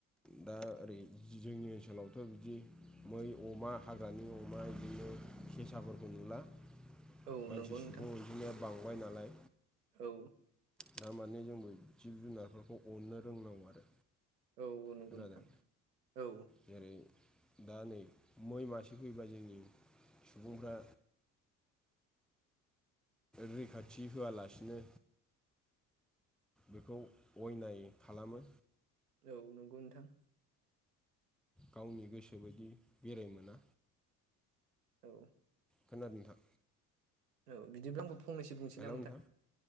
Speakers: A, in the centre; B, on the right.
A: दा ओरै जोंनि ओनसोलावथ' बिदि मै अमा हाग्रानि अमा बिदिनो खेसाफोरखौ नुला
B: औ
A: मानसि
B: नंगौ
A: सुबुं
B: नोंथां
A: बिनिया बांबाय नालाय।
B: औ
A: दारमाने जोंबो जिब जुनारफोरखौ अननो रोंनांगौ आरो।
B: औ नुगोन
A: खोनादों
B: नोंथां औ
A: जेरै दा नै मै मासे फैबा जोंनि सुबुंफ्रा रैखाथि होआलासिनो बेखौ अयनायै खालामो।
B: औ नंगौ नोंथां
A: गावनि गोसो बायदि बेराय मोना
B: औ
A: खोनादों नोंथा
B: औ बिदिब्ला आंबो फंनैसो बुंसै
A: हेलौ
B: ना
A: नोंथां